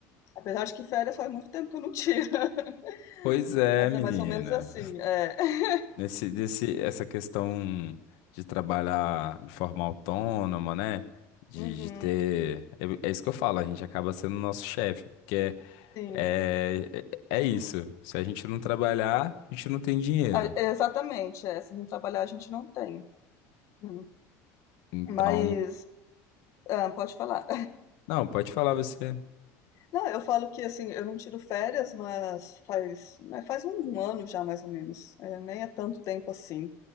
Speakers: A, on the left (about 45°); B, on the left (about 65°).
A: Apesar de que férias faz muito tempo que eu não tiro, <laughs>
B: Pois é,
A: mas
B: menina.
A: é mais ou menos assim. É. <laughs>
B: Nesse, desse, essa questão de trabalhar de forma autônoma, né? De,
A: Uhum,
B: de ter. É, é isso que eu falo, a gente acaba sendo nosso chefe, porque
A: sim.
B: é, é, é isso. Se a gente não trabalhar, a gente não tem dinheiro.
A: Ah, Exatamente, é. Se não trabalhar, a gente não tem. Uhum.
B: Então.
A: Mas, ah, pode falar.
B: Não, pode falar você.
A: Não, eu falo que assim, eu não tiro férias, mas faz, né, faz um um ano já mais ou menos. É, nem é tanto tempo assim,